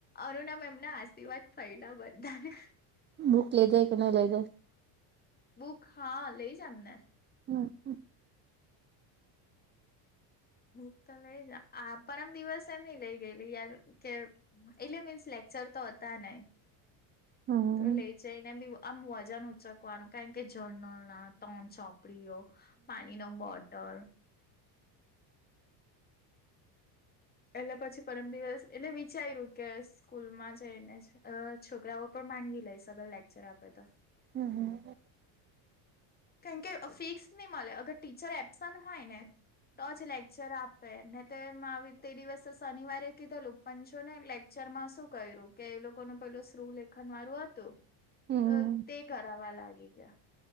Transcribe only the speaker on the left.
અરુણામ એમના આશીર્વાદ ફયલા બધાને
બુક હા લઈ જ અમને
બુક તો લઈ જા આ પરમ દિવસે એ નઈ લઈ ગયેલી યાર કે એટલે મીન્સ લેક્ચર તો હતા નય
તો લે
જઈને બી આમ વજન ઉચકવાનું કારણ કે જર્નલ ના તણ ચોપ ઉપડીઓ પાણી ન બોટલ એટલે પછી પરમ દિવસ એટલે વિચાર્યું કેસ સ્કૂલ માં જઈને જ છોકરાઓ પણ માંગી લઈ સગળ લેક્ચર આપે તો
કેમકે ફિક્સ નહી મળે અગર ટીચર એબસન્ટ હોય ને તો જલે ક્ચર આપે ને તે તે દિવસે શનિવારે કીધેલું પણ જો ને લેક્ચર માં શું કર્યું. કે એ લોકો ન પેલું શૃ લેખન વાળું હતું
તો તે કરવા લાગી ગયા